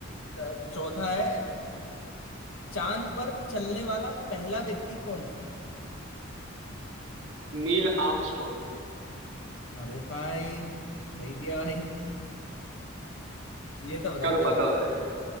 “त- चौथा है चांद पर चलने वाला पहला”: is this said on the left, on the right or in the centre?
Left